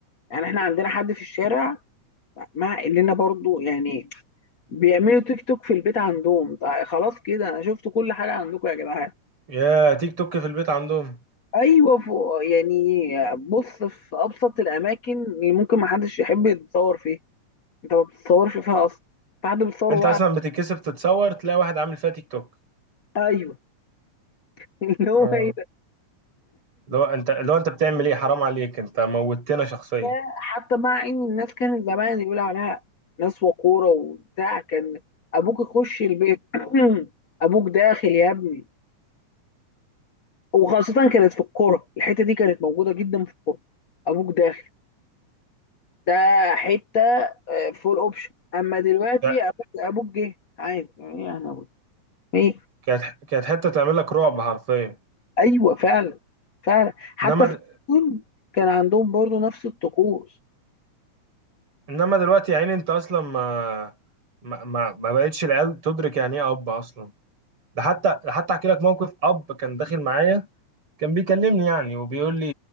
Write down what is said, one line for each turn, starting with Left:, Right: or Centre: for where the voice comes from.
Left: يعني احنا عندنا حد في الشارع مع اننا برضو يعني بيعملوا تيك توك في البيت عندهم طيب خلاص كده انا شفت كل حاجه عندكم يا جدعان
Right: يا تيك توك في البيت عندهم
Left: ايوه فوق يعني بص في ابسط الاماكن اللي ممكن ما حدش يحب يتصور فيها انت ما بتتصورش فيها اصلا في حد بيتصور
Right: انت
Left: وقع
Right: اصلا بتتكسف تتصور تلاقي واحد عامل فيها تيك توك
Left: ايوه <laughs> اللي هو
Right: اه
Left: ايه ده
Right: لو انت لو انت بتعمل ايه حرام عليك انت موتنا شخصيا
Left: ده حتى مع ان الناس كانت زمان يقول عليها ناس وقوره وبتاع كان ابوك يخش البيت <clears throat> ابوك داخل يا ابني وخاصه كانت في الكوره الحته دي كانت موجوده جدا في الكوره ابوك داخل ده حته فول اوبشن اما دلوقتي
Right: لا،
Left: ابوك ابوك جه عادي يعني انا أقول ايه
Right: كانت كانت حتة تعمل لك رعب حرفيا
Left: ايوه فعلا فعلا حتى
Right: انما
Left: في الجون كان عندهم برضو نفس الطقوس
Right: انما دلوقتي يا عيني انت اصلا ما ما ما, ما بقتش العيال تدرك يعني ايه اب اصلا ده حتى ده حتى احكي لك موقف اب كان داخل معايا كان بيكلمني يعني وبيقول لي